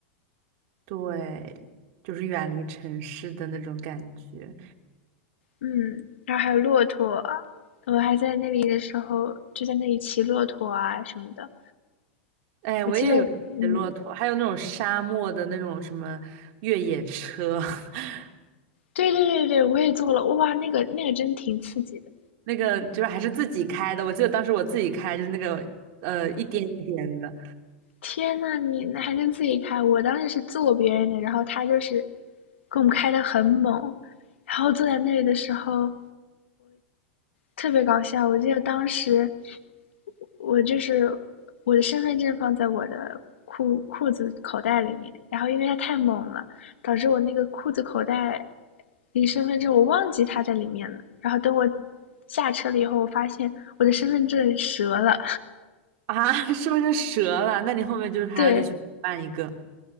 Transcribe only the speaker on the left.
嗯，然后还有骆驼，我还在那里的时候就在那里骑骆驼啊什么的。
我记得，
嗯，
对对对对，我也做了，哇，那个那个真挺刺激的！
天呐，你那还能自己开？我当时是坐别人的，然后他就是给我们开的很猛，然后坐在那里的时候特别搞笑。我记得当时我就是我的身份证放在我的裤裤子口袋里面，然后因为它太猛了，导致我那个裤子口袋离身份证我忘记它在里面了。然后等我下车了以后，我发现我的身份证折了，
<laughs> 对。